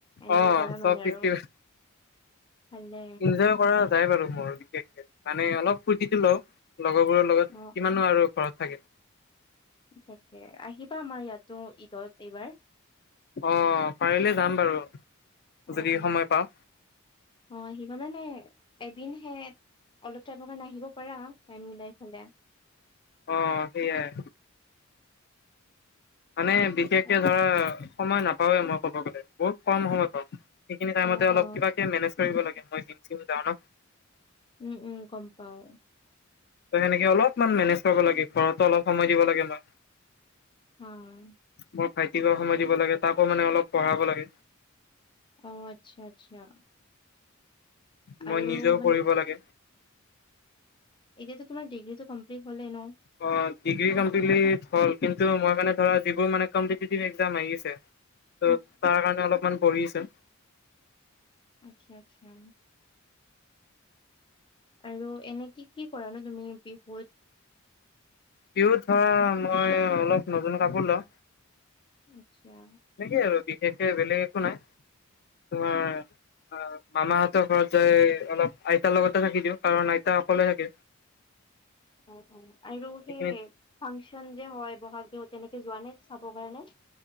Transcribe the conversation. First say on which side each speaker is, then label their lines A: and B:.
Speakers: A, on the left; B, on the left.
A: এনজয়
B: অ
A: কৰা
B: চব
A: মানে
B: ফেষ্টিভেল
A: আৰু। ভালে
B: ইনজয় কৰা যায় বাৰু মোৰ বিশেষকে, মানে অলপ ফূৰ্তিটো লওঁ লগৰবোৰৰ লগত কিমাননো
A: অ অ
B: আৰু ঘৰত থাকে।
A: তাকে, আহিবা আমাৰ ইয়াতো ঈদত এইবাৰ।
B: অ' পাৰিলে যাম বাৰু
A: অ
B: যদি
A: অ
B: সময় পাওঁ।
A: অ' আহিবা মানে এদিন হে অলপ টাইমৰ কাৰণে আহিব পাৰা, টাইম মিলাই ফালে।
B: অ' সেয়াই। মানে বিশেষকে
A: তাকে
B: ধৰা সময় নাপাওৱে মই ক'ব গ'লে, বহুত কম সময় পাওঁ। সেইখিনি টাইমতে
A: অ
B: অলপ
A: অ
B: কিবাকে মেনেজ কৰিব লাগে, মই ডিউটিও যাওঁ ন'।
A: উম, উম, গম পাওঁ।
B: ত' সেনেকে অলপমান মেনেজ কৰিব লাগে, ঘৰতো অলপ সময় দিব লাগে মই।
A: অ',
B: মই ভাইটিকো সময় দিব লাগে, তাকো মানে অলপ পঢ়াব লাগে।
A: অ', আচ্ছা - আচ্ছা।
B: মই
A: আৰু
B: নিজেও
A: মানে
B: পঢ়িব লাগে।
A: এতিয়া তোমাৰ ডিগ্ৰীটো কমপ্লিট হলেই ন'?
B: অ', ডিগ্ৰী কমপ্লিট হল, কিন্তু মই মানে ধৰা যিবোৰ মানে কম্পিটিটিভ এক্সাম আহি আছে
A: <inaudible>
B: ত' তাৰ কাৰণে অলপমান পঢ়ি আছোঁ।
A: আচ্ছা - আচ্ছা। আৰু এনে কি কি কৰা নো তুমি বিহুত?
B: বিহুত ধৰ মই অলপ নতুন কাপোৰ লওঁ।
A: আচ্ছা
B: সেনেকে আৰু বিশেষকে বেলেগ একো নাই তোমাৰ অ', মামাহঁতৰ ঘৰত যাই অলপ আইতাৰ লগতে থাকি দিওঁ কাৰণ আইতা অকলে থাকে।
A: অ', অ', আৰু
B: সেইখিনিত
A: সেই ফাংচন যে হয়, ব'হাগ বিহুত তেনেকে যোৱা নে চাবৰ কাৰণে?